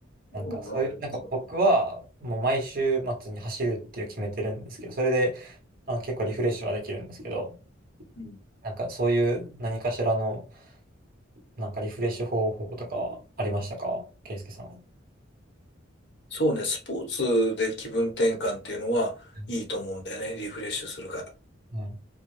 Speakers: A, on the right; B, on the left.
A: なんかそういう、
B: うんわかりますよ。
A: なんか僕は、もう毎週末に走るっていう決めてるんですけど、それで、あの、結構リフレッシュはできるんですけど、
B: うん。
A: なんかそういう何かしらの、なんかリフレッシュ方法とかありましたかケイスケさん。は
B: そうね、スポーツで気分転換っていうのはいいと思うんだよね、
A: い
B: リフレッシュするから。
A: はい